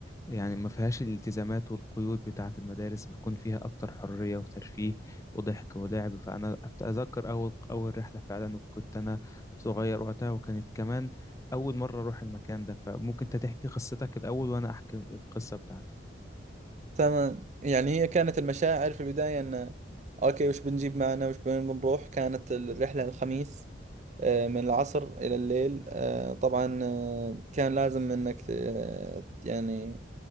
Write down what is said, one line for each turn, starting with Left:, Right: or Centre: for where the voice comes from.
Left: يعني ما فيهاش الالتزامات والقيود بتاعة المدارس بيكون فيها أكتر حرية وترفيه وضحك ولعب فأنا أتذكر أول أول رحلة فعلا وكنت أنا صغير وقتها وكانت كمان أول مرة أروح المكان ده فممكن أنت تحكي قصتك الأول وأنا أحكي القصة بتاعتي
Right: تمام يعني هي كانت المشاعر في البداية أن أوكي وش بنجيب معنا وش وين بنروح كانت الرحلة الخميس آه، من العصر إلى الليل آه، طبعا آه، كان لازم أنك آه، يعني